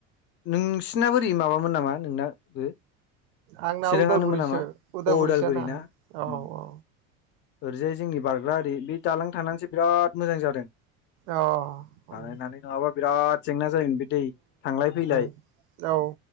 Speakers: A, on the left; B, on the right.
A: नोंसिनाबो ओरै माबामोन नामा नोंनाबो
B: आंना
A: चिराङानोमोन
B: उदालगुरिसो
A: नामा
B: उदालगुरिसोआंना।
A: औ उदालगुरि ना
B: औ
A: उम
B: औ।
A: ओरैजाय जोंनि बारग्रा आरि बे दालां थांनानैसो बिराद मोजां जादों।
B: अ ओम।
A: बानायनानै नङाबा बिराद जेंना जायोमोन बे दै थांलाय फैलाय।
B: उम औ